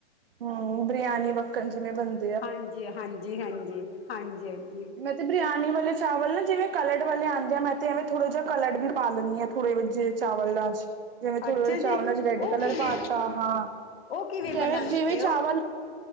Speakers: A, on the right; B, on the left.
A: ਹਮ ਬਰਿਆਨੀ ਵੱਕਣ ਜਿਵੇਂ ਬੰਨਦੀ
B: ਹਾਂਜੀ- ਹਾਂਜੀ ਹਾਂਜੀ - ਹਾਂਜੀ ਹਾਂ।
A: ਮੈਂ ਤੇ ਬਿਰਆਨੀ ਵਾਲੇ। ਚਾਵਲ ਨਾ ਜਿਵੇਂ ਕਲਰ ਵਾਲੇ ਆਉਂਦੇ ਆ। ਮੈਂ ਤੇ ਐਵੇਂ ਥੋੜਾ ਜਿਹਾ ਕਲਰਡ ਵੀ ਪਾ ਲਦੀ ਹਾਂ। ਥੋੜ੍ਹੇ ਵਿਚ ਚਾਹਲ ਜਿਵੇਂ ਥੋੜ੍ਹੇ
B: ਅੱਛਾ
A: ਰਹੇ ਚਾਵਲ
B: ਜੀ
A: ਚ' ਰੈੱਡ
B: ਉਹ
A: ਕਲਰ
B: ਕਿਵੇਂ
A: ਪਾਤਾ ਹਾਂ।
B: ਉਹ ਕਿਵੇਂ
A: ਜਿਵੇਂ।
B: ਬਣਾਉਂਦੇ
A: ਜਿਵੇਂ ਚਾਵਲ।
B: ਹੋ?